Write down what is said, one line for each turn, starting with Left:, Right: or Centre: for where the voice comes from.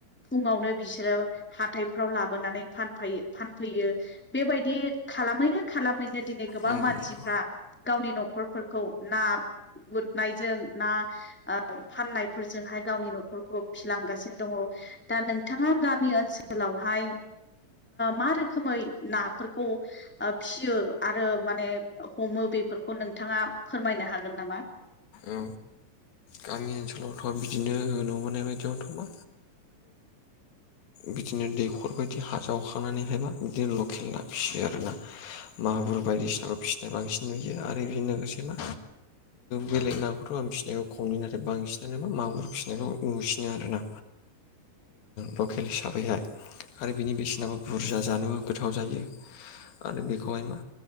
Centre: फुङावनो बिसोरो हा <unintelligible> लाोनानै फानफैयो बेबायदि खालामैनो खालामैनो दिनै गोबां
Left: नंगौ
Centre: मानसिफ्रा
Left: नंगौ
Centre: गावनि न'खरफोरखौ ना गुुरनायजों ना फाननायफोरजोंहाय गावनि न'खरखौ फिलांगासिनो दङ दा नोंथाङा गामि ओनसोलावहाय मा रोखोमै नाफोरखौ फियो आरो माने हमो बेफोरखौ नोंथाङा फोरमायनो हागोन नामा
Left: औ गामि सलाव थ' बिदिनो नुबोनाय बायदियावथ'बा बिदिनो दैखर बायदि हाजावखांनानैहायबा बिदिनो लकेल ना फिसियो आरोना म माबुर बायदिसिनाबखौ फिसिनाय बांसिन नुयो आरो बेजों लोगोसे मा बेलेग नाखौथ' आं फिसिनायखौ खमनि नाथाय बांसिनानोामा मागुर फिसिनायखौ नुसिनो आर ना लकेल हिसाबैहाय आरो बिनि बेसेनाबो बुरजा जानोबो गोथाव जायो आरो बेखौहाय मा